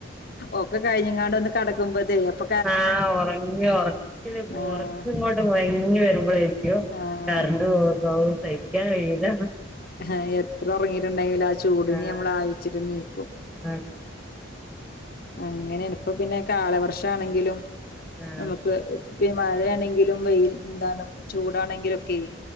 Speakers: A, on the left; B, in the centre.
A: ഒക്കെ കഴിഞ്ഞങ്ങാണ്ട്ന്ന് കടക്കുമ്പോതേക് അപ്പ
B: ആഹ്‌ ഉറങ്ങി ഉറക്ക കൊറച്ചു
A: ആഹ്
B: ഇങ്ങോട്ട് മയങ്ങി വരുമ്പോളെകും
A: ആഹ്
B: കറണ്ട് പോയ സയ്ക്കാൻ കഴിയില്ല
A: ആഹ്‌ എത്ര ഉറങ്ങിട്ടുണ്ടെങ്കില ചൂടിനെ
B: ആഹ്
A: നമ്മള് ആഴച്ചിട്ട് നീക്കും
B: ആഹ്
A: അങ്ങനെണിപ്പ പിന്നെ കാലവർഷണെങ്കിലും
B: ആഹ്
A: നമുക്ക്. പി മഴയാണെങ്കിലും വെൽ ന്താണ് ചൂടാണെങ്കിലുക്കെ